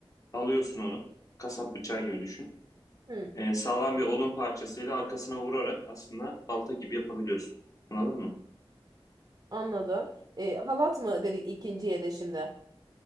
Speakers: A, on the left (about 35°); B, on the right (about 40°).
A: alıyorsun onu. Kasap bıçağı gibi düşün.
B: Hmm.
A: Ee, sağlam bir odun parçasıyla arkasına vurarak aslında balta gibi yapabiliyorsun. Anladın mı?
B: Anladım. E, halat mı dedik ikinciye de şimdi?